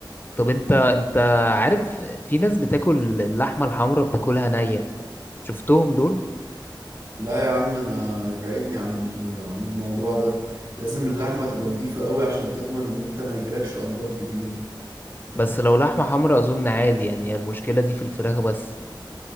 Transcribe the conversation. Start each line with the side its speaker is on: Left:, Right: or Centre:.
Left: طب انت انت عارف في ناس بتاكل اللحمة الحمرا بتاكلها نية شفتهم دول
Right: لا يا عم أنا ابعدني عن ال- عن الموضوع ده لازم اللحمة تبقى نضيفة قوي عشان تضمن إن أنت ما يجيلكش أمراض كتير
Left: بس لو لحمة حمرا أظن عادي يعني هي المشكلة دي في الفراخ بس